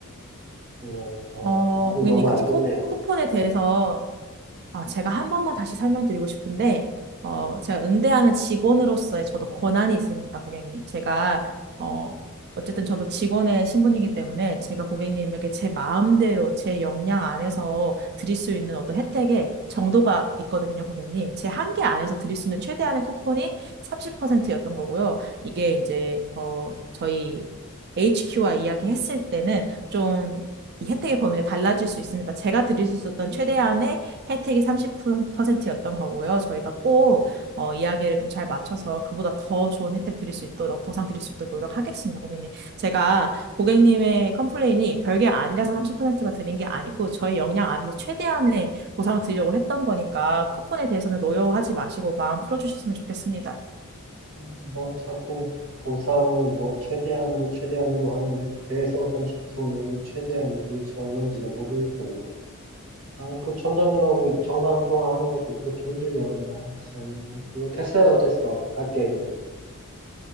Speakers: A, on the right (about 70°); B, on the right (about 45°).
A: 정말, 어,
B: 어,
A: 마음이
B: 고객님,
A: 너무
B: 그
A: 안 좋네요.
B: 코, 쿠폰에 대해서 아, 제가 한 번만 다시 설명드리고 싶은데, 어, 제가 응대하는 직원으로서의 저도 권한이 있습니다, 고객님. 제가, 어, 어쨌든 저도 직원의 신분이기 때문에 제가 고객님에게 제 마음대로 제 역량 안에서 드릴 수 있는 어떤 혜택의 정도가 있거든요, 고객님. 제 한계 안에서 드릴 수 있는 최대한의 쿠폰이 30%였던 거고요. 이게 이제, 어, 저희 HQ와 이야기했을 때는 좀 이 혜택의 범위가 달라질 수 있습니다. 제가 드릴 수 있었던 최대한의 혜택이 30%였던 거고요. 저희가 꼭 어, 이야기를 좀 잘 맞춰서 그보다 더 좋은 혜택 드릴 수 있도록 보상 드릴 수 있도록 노력하겠습니다, 고객님. 제가 고객님의 컴플레인이 별게 아니라서 30%가 드린 게 아니고 저희 역량 안에서 최대한의 보상을 드리려고 했던 거니까 쿠폰에 대해서는 노여워하지 마시고 마음 풀어주셨으면 좋겠습니다.
A: 아니, 뭐, 자꾸 보상을 뭐, 최대한으로, 최대한으로 하는데, 그래서 30%면은 최대한이 도대체 얼마인지도 모르겠고. 아, 그 점장님하고 이 전화 한 통화하는 것도 그렇게 힘들면, 아, 참. 뭐, 됐어요, 됐어. 갈게, 그냥.